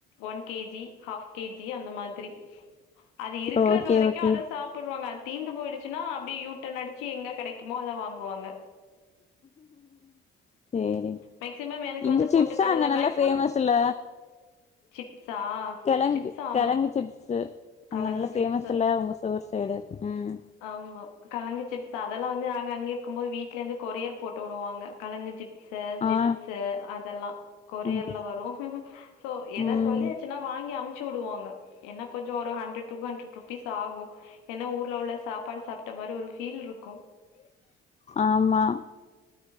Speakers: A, on the left (about 80°); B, on the left (about 20°).
A: one K G half K G அந்த மாதிரி அது இருக்றது
B: ஓகே
A: வரைக்கு
B: ஓகே
A: அத சாப்புடுவாங்க அது தீந்து போய்டு சினா அப்டியே யூட்டன் அடிச்சி எங்க கெடைக்குமோ அத வாங்குவாங்க
B: சேரி
A: மேக்சிமம் எனக்கு
B: இந்த
A: வந்து
B: சிப்ஸு
A: பொட்டுக்கடல
B: அங்க நல்லா
A: மேக்சிமம்
B: ஃபேமஸில்ல
A: சிப்ஸா
B: கெழங்கு
A: சிப்ஸ் ஆமா
B: கெழங்கு சிப்ஸு அங்க
A: கலங்கு
B: நல்லா பேமஸுல்ல
A: சிப்ஸ்
B: ஒங்க சோர் சைடு ம்
A: ஆமா கழங்கு சிப்ஸ் அதெல்லா வந்து நாங்க அங்க இருக்கும் போது வீட்லருந்து கொரியர் போட்டு உடுவாங்க கழங்கு சிப் ஸு ஜிப்ஸு
B: ஆ
A: அதெல்லா கொரியர்ல
B: ம்
A: வரு சோ எதா
B: ம்
A: சொல்லியாச்சினா வாங்கி அம்ச்சு விடுவாங்க என்ன கொஞ்சோ ஒரு ஹண்ட்ரட் டூ ஹண்ட்ரட் ருபீஸ் ஆகு எனா ஊர் சாப்பாடு சாப்ட்ட மாரி ஒரு ஃபீல்ருக்கு
B: ஆமா